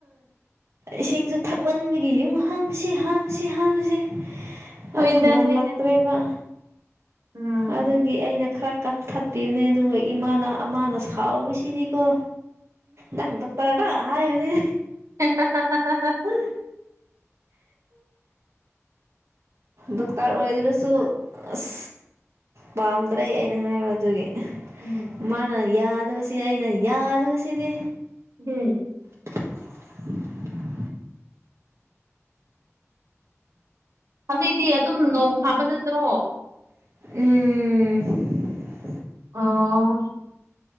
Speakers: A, on the right; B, on the right.
A: ꯏꯁꯤꯡꯁꯨ ꯊꯛꯃꯟꯕꯒꯤ ꯑꯩꯒꯤ ꯌꯨꯡ ꯍꯥꯟꯕꯁꯤ ꯍꯥꯟꯕꯁꯤ ꯍꯥꯟꯕꯁꯤ
B: ꯍꯣꯏꯗ
A: ꯑꯗꯣ ꯉꯝꯂꯛꯇ꯭ꯔꯦꯕ
B: ꯍꯣꯏꯗ ꯎꯝ
A: ꯑꯗꯨꯒꯤ ꯑꯩꯅ ꯈꯔ ꯀꯛꯊꯠꯄꯤꯕꯅꯦ ꯑꯗꯨꯒ ꯏꯃꯥꯅ ꯑꯃꯅ ꯁꯥꯎꯤꯁꯤꯗꯤꯀꯣ ꯅꯪ ꯗꯣꯛꯇꯔꯗ ꯍꯥꯏꯕꯅꯤ
B: ꯍ ꯇ ꯇ ꯇ ꯇ ꯇ ꯎ
A: ꯗꯣꯛꯇꯔ ꯑꯣꯏꯗ꯭ꯔꯁꯨ ꯑꯁ ꯄꯥꯝꯗ꯭ꯔꯦ ꯑꯩꯅ ꯍꯥꯏꯕ ꯑꯗꯨꯒꯤ
B: ꯎꯝ
A: ꯃꯥꯅ ꯌꯥꯗꯕꯁꯤꯗꯤ ꯑꯩꯅ ꯌꯥꯗꯕꯁꯤꯗꯤ
B: ꯎꯝ
A: <inaudible>
B: ꯑꯗꯨꯑꯣꯩꯗꯤ ꯑꯗꯨꯝ ꯅꯧ ꯐꯥꯕ ꯅꯠꯇ꯭ꯔꯣ
A: ꯎꯝ
B: ꯑꯣ